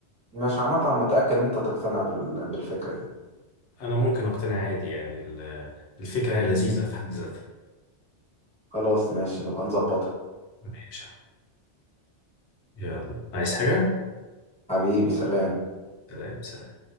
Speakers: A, in the centre; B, on the left (about 75°).
A: مش عامه أنا متاكد ان انت تقتنع بال... بالفكره دي
B: انا ممكن اقتنع عادي يعني ال- الفكره هي لذيذه في حد ذاتها
A: خلاص ماشي نبقى نظبطها
B: ماشي يلا عايز حاجه
A: حبيبي سلام
B: سلام سلام